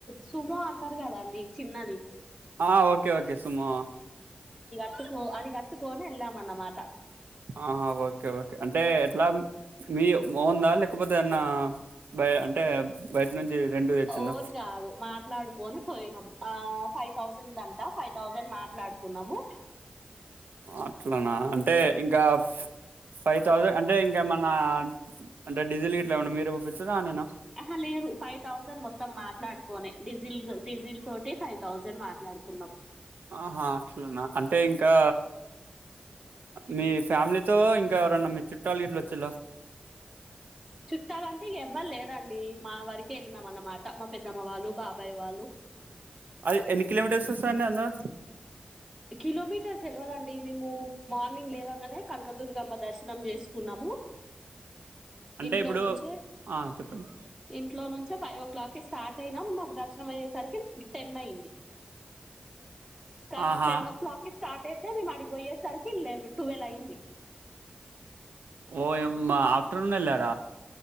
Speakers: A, on the right; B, on the right.
A: సుమొ అంటారు కదాండి చిన్నది
B: ఆ ఓకే ఓకే సుమొ
A: ట్టుకో అది కట్టుకోనేల్లమన్నమాట
B: ఆ ఓకే ఓకే అంటే ఎట్లా మీ వన్ ద లేకపోతే ఏదన్న బై అంటే బయట నుంచి రెంట్ కి తెచ్చిందా
A: ఓన్ కాదు మాట్లాడుకొని పోయినం ఆ ఫైవ్ థౌజండ్ అంట ఫైవ్ థౌజండ్ మాట్లాడుకున్నాము
B: అట్లానా అంటే ఇంకా ఫైవ్ థౌజండ్ అంటే ఇం కేమన్నా అంటే డీజిల్ గిట్లా ఏమన్న మీరుే పోపిించార ఆయనేనా
A: ఆహా లేదు ఫైవ్ థౌజండ్ మొత్తం మాట్లాడుకోనే డీజిల్ డీజిల్ తోటే ఫైవ్ థౌజండ్ మాట్లాడుకున్నాం
B: ఆహా అట్లునా అంటే ఇంకా మీ ఫ్యామిలీతో ఇంక ఎవరన్నా మీ చుట్టాలు గిట్ల వచ్చిళ్ల
A: చుట్టాలంటే ఇగ ఎవ్వలేర్ రండి మా వరకేళ్ళినాం అన్నమాట మా పెద్దమ్మ వాళ్ళు బాబాయ్ వాళ్ళు
B: అది ఎన్ని కిలోమీటర్స్ వస్తది అండి అందద
A: కిలోమీటర్స్ తెలువదండి మేము మార్నింగ్ లేవంగానే కనకదుర్గ అమ్మ దర్శనం చేసుకున్నాము
B: అంటే
A: ఇంట్లో
B: ఇప్పుడు
A: నుంచే
B: ఆ చెప్పండి
A: ఇంట్లో నుం చే ఫైవ్ ఓ క్లాక్కిి స్టార్ట్ అయినాం మాకు దర్శనం అయ్యేసరికి టెన్ అయింది కార్
B: ఆహా
A: టెన్ ఓ క్లాక్ కి స్టార్ట్ అయితే మేము అడిగిపోయేసరికి లె ట్వెల్వ్ అయింది
B: ఓయమ్మ ఆఫటర్ర్నూన్ ఎళ్ళర